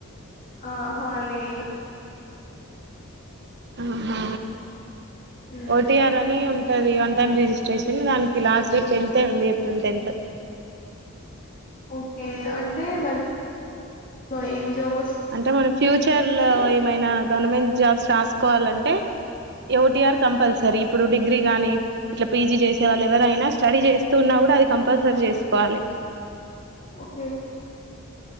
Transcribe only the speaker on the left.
ఆహ లేదు
ఉమ్
ఓకే అంటే దాని లో ఏం జాబ్
వస్తది
ఒకే